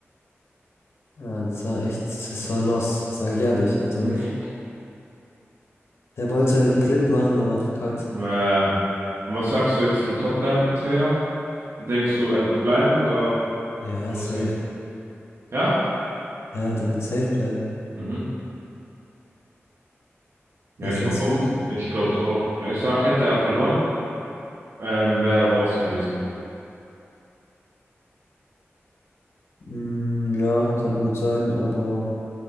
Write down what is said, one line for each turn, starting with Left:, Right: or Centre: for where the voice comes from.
Left: Ja, das war echt, das war los, sage ich ehrlich. Also,
Right: Mhm.
Left: der wollte einen Clip machen, aber hat verkackt.
Right: Äh, und was sagst du jetzt zum Tottenham-Trainer? Denkst du, er wird bleiben oder
Left: Ja,
Right: kann
Left: safe.
Right: es gehen? Ja?
Left: Ja, der wird safe bleiben.
Right: Mhm. Ja,
Left: Was
Right: ich
Left: denkst
Right: glaube auch.
Left: du?
Right: Ich glaube es auch. Ich sag, hätte er verloren, ähm, wäre er raus gewesen.
Left: Mm, ja, kann gut sein, aber